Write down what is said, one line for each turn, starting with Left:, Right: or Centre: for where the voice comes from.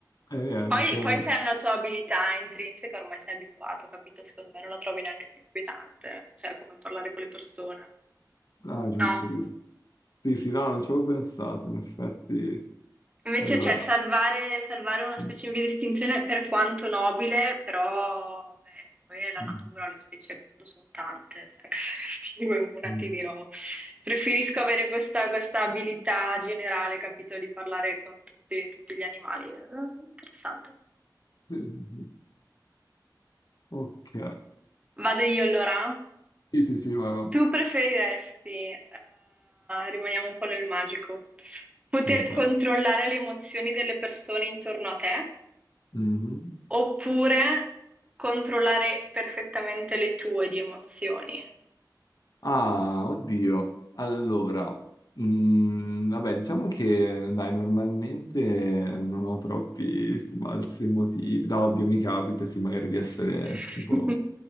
Left: eh,
Right: Poi,
Left: non ci avevo...
Right: poi se è una tua abilità intrinseca, ormai sei abituato, capito? Secondo me non la trovi neanche più inquietante, cioè come parlare con le persone.
Left: Ah, giusto,
Right: No.
Left: giusto. Sì, sì, no, non ci avevo pensato, in effetti.
Right: Invece
Left: Allora...
Right: c'è salvare, salvare una specifica
Left: mm,
Right: distinzione per quanto nobile, però beh, poi è la
Left: mm,
Right: natura, le specie al mondo sono tante, se anche se ne distingue una
Left: mm,
Right: ti dirò, preferisco avere questa, questa abilità generale, capito? Di parlare con tutti, tutti gli animali. Eh, Interessante.
Left: sì, sì, sì. Ok.
Right: Vado io allora?
Left: Sì, sì, sì, vai, vai.
Right: Tu preferiresti, eh, rimaniamo un po' nel magico, poter
Left: Ok.
Right: controllare le emozioni delle persone intorno a te
Left: Mhm.
Right: oppure controllare perfettamente le tue di emozioni?
Left: Ah, oddio. Allora, mm, vabbè, diciamo che dai, normalmente non ho troppi sbalzi emotivi. No, oddio, mi capita, sì, magari di essere
Right: <laughs>
Left: tipo